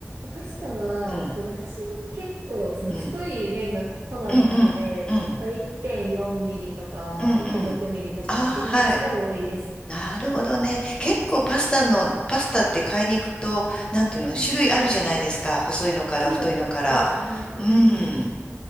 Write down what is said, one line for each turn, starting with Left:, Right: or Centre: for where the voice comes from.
Right: パスタは、
Left: うん、
Right: そう、私が結構、その太い麺が好みなので、
Left: うん、うん、うん、うん、
Right: まあ、1.4ミリとか、
Left: うん、うん。
Right: 1.6ミリとかのやつが多いです。
Left: ああ、はい。なるほどね。結構パスタの、パスタって買いに行くと、なんていうの、
Right: うんうん。
Left: 種類あるじゃないですか。細いのから太いのから。
Right: そうですね。うんうん。
Left: うん。